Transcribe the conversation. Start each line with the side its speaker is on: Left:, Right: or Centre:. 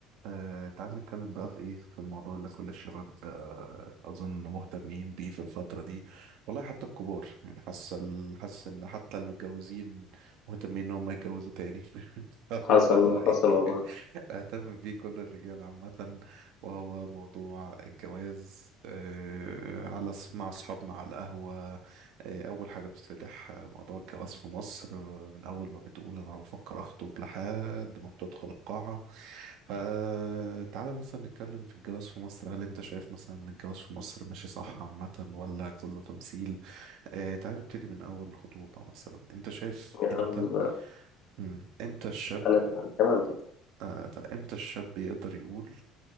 Right: آه تعال نتكلم بقى في ايه في الموضوع اللي كل الشباب آه اظن مهتمين بيه في الفترة دي والله حتى الكبار يعني حاسس ال- حاسس ان حتى المتجوزين مهتمين ان هم يتجوزوا تاني <laughs> فالموضوع
Left: حصل
Right: ايه
Left: حصل والله
Right: اهتم بيه كل الرجال عامة وهو موضوع الجواز آه على س- مع اصحابنا على القهوة آه اول حاجة بتتفتح آه، موضوع الجواز في مصر آه، من اول ما بتقول انا بفكر اخطب لحد ما بتدخل القاعة فتعالى مثلا نتكلم في الجواز في مصر هل انت شايف مثلا ان الجواز في مصر ماشي صح عامة ولا كله تمثيل اه تعالى نبتدي من اول خطوبة مثلا انت شايف
Left: يا
Right: امتى
Left: عم
Right: مم، امتى الشاب
Left: أنا أنا تمام
Right: آه طيب، امتى الشاب يقدر يقول